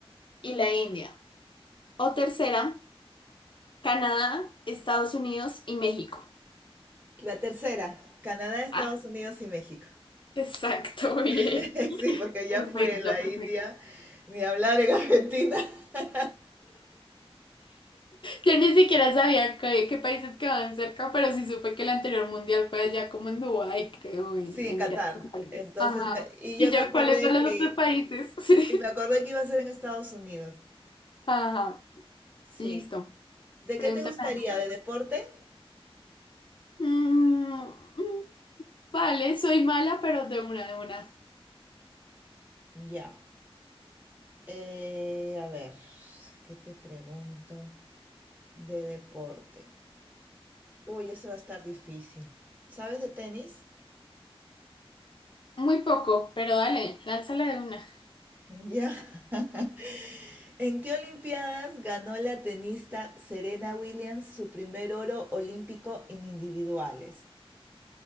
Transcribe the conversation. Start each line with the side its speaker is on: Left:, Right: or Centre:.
Left: y la India. O tercera, Canadá, Estados Unidos y México.
Right: La tercera, Canadá, Estados
Left: Ah,
Right: Unidos y México.
Left: <laughs> exacto, bien.
Right: <laughs> Sí, porque ya
Left: Perfecto,
Right: fue la
Left: perfecto.
Right: India, ni hablar en Argentina. <laughs>
Left: Yo ni siquiera sabía qué, qué países quedaban cerca, pero sí supe que el anterior mundial fue allá como en Dubái, creo, en
Right: Sí, en
Left: Emiratos
Right: Qatar.
Left: Árabes.
Right: Entonces,
Left: Ajá.
Right: me- y
Left: ¿Y
Right: yo
Left: yo
Right: me acordé
Left: cuáles son
Right: que,
Left: los otros países? <laughs> Sí.
Right: y me acordé que iba a ser en Estados Unidos.
Left: Ajá,
Right: Sí.
Left: listo.
Right: ¿De
Left: Pregúntame
Right: qué te gustaría?
Left: Nada más.
Right: ¿De deporte?
Left: Mm, mm, vale, soy mala, pero de una, de una.
Right: Ya. Eh, a ver, ¿qué te pregunto? De deporte. Uy, ese va a estar difícil. ¿Sabes de tenis? <laughs>
Left: Muy poco, pero dale, lánzala de una.
Right: Ya. <laughs> ¿En qué Olimpiadas ganó la tenista Serena Williams su primer oro olímpico en individuales?